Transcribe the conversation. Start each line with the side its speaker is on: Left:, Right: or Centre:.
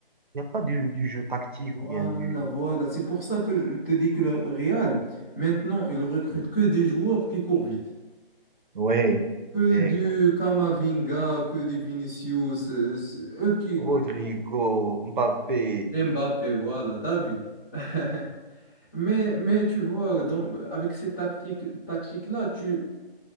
Right: Il n'y a pas du, du jeu tactique
Left: Voilà,
Right: ou bien du...
Left: voilà. C'est pour ça que je te dis que le Real, maintenant, il recrute que des joueurs qui courent vite.
Right: Oui,
Left: Que
Right: et
Left: du Kamavinga, que des Vinicius, euh, c'est eux qui... courent.
Right: Rodrigo, Mbappé,
Left: Mbappé, voilà, t'as vu. <laughs> Mais, mais tu vois, dans- avec ces tactiques, tactiques-là, tu,